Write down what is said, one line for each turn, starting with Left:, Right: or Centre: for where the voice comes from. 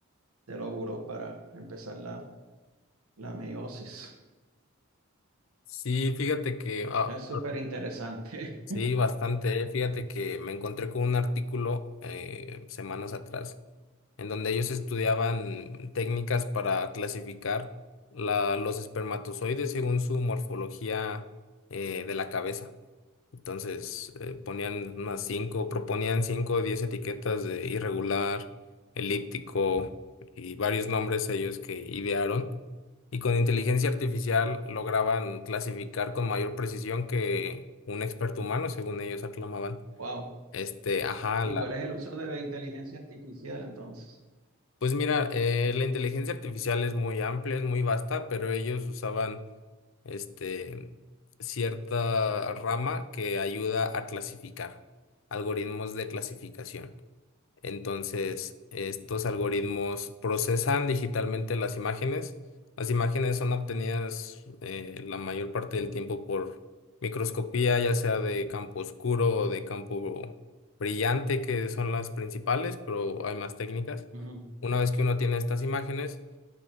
Right: del óvulo para empezar la, la meiosis.
Left: Sí, fíjate que ah,
Right: Es súper interesante.
Left: Sí, bastante. eh. Fíjate que me encontré con un artículo eh, semanas atrás en donde ellos estudiaban técnicas para clasificar la- los espermatozoides según su morfología eh, de la cabeza. Entonces, eh, ponían unas cinco, proponían cinco o diez etiquetas de irregular, elíptico y varios nombres ellos que idearon. Y con inteligencia artificial lograban clasificar con mayor precisión que un experto humano, según ellos aclamaban.
Right: Wow.
Left: Este, ajá,
Right: ¿Y
Left: la,
Right: cuál es el uso de la inteligencia artificial entonces?
Left: pues mira, eh, la inteligencia artificial es muy amplia, es muy vasta, pero ellos usaban este cierta rama que ayuda a clasificar, algoritmos de clasificación. Entonces, estos algoritmos procesan digitalmente las imágenes. Las imágenes son obtenidas eh, la mayor parte del tiempo por microscopía, ya sea de campo oscuro o de campo brillante, que son las principales, pero hay más técnicas.
Right: Ujú.
Left: Una vez que uno tiene estas imágenes,